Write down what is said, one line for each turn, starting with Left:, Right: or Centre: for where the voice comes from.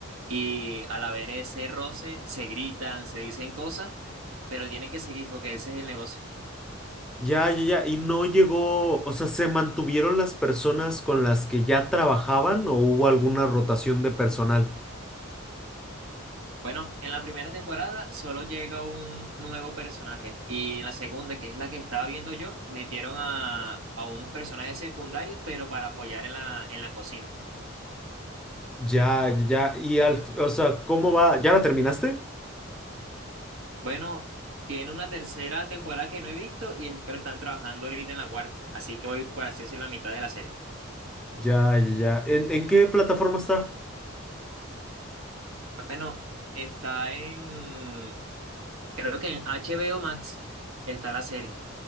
Right: y al haber ese roce se gritan, se dicen cosas, pero tienen que seguir porque ese es el negocio.
Centre: Ya, ya, ya, y no llegó, o sea, ¿se mantuvieron las personas con las que ya trabajaban o hubo alguna rotación de personal?
Right: Bueno, en la primera temporada solo llega un nuevo personaje y en la segunda, que es la que estaba viendo yo, metieron a, a unos personajes secundarios, pero para apoyar en la, en la cocina.
Centre: Ya, ya, y al, o sea, ¿cómo va? ¿Ya la terminaste?
Right: Bueno, tiene una tercera temporada que no he visto y es que lo están trabajando ahorita en la cuarta, así que voy por así decir la mitad de la serie.
Centre: Ya, ya, ya. ¿En, en qué plataforma está?
Right: Bueno, está en, creo que en HBO Max está la serie.